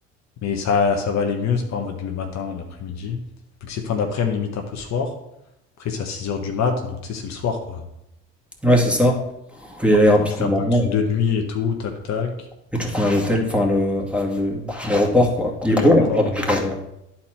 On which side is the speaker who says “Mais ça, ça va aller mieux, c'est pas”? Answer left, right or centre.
Left